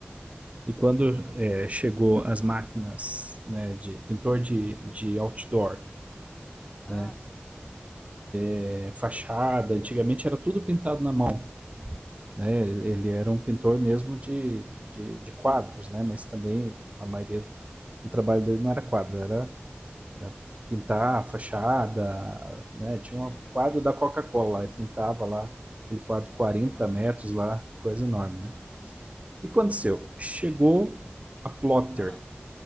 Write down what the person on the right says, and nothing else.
E quando eh, chegou as máquinas, né, de pintor de, de outdoor,
né,
eh, fachada, antigamente era tudo pintado na mão, né? Ele era um pintor mesmo de, de, de quadros, né? Mas também a maioria do trabalho dele não era quadro, era Era pintar a fachada, né? Tinha
um quadro da Coca-Cola lá, e pintava lá aquele quadro de 40
metros
lá, coisa enorme, né?
E o que aconteceu? Chegou a plotter,